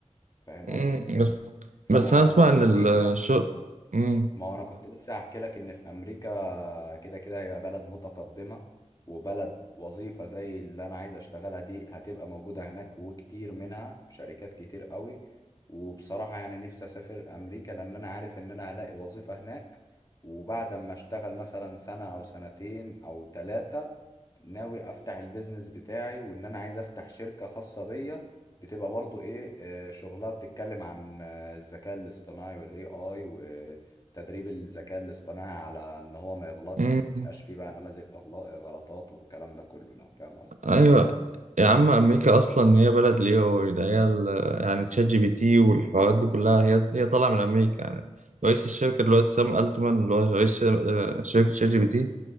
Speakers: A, on the left (about 30°); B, on the right (about 85°).
A: فاهم قصدي
B: مم، بس
A: فانا
B: بس انا اسمع
A: في
B: ان
A: امريكا
B: الشغل امم
A: ما هو انا كنت لسه هحكي لك ان في امريكا فكده كده هي بلد متقدمة وبلد وظيفة زي اللي أنا عايز أشتغلها دي هتبقى موجودة هناك وكتير منها في شركات كتير قوي وبصراحة يعني نفسي أسافر أمريكا لأن أنا عارف إن أنا هلاقي وظيفة هناك وبعد ما أشتغل مثلا سنة أو سنتين أو تلاتة ناوي افتح البيزنس بتاعي وان انا عايز افتح شركة خاصة بيا بتبقى برضو ايه آه، شغلها بتتكلم عن آه، الذكاء الاصطناعي والاي اي وتدريب الذكاء الاصطناعي على ان هو ما يغلطش
B: كم
A: ما يبقاش فيه بقى نماذج أغلا- غلطات والكلام ده كله لو فاهم قصدي
B: ايوه
A: يعني.
B: يا عم امريكا اصلا هي بلد ليو ده هي ال- يعني تشات جي بي تي والحوارات
A: بالظبط
B: دي كلها هي هي طالعه من امريكا يعني رئيس الشركه دلوقتي سام التمان اللي هو رئيس ش- آه، شركه شات جي بي تي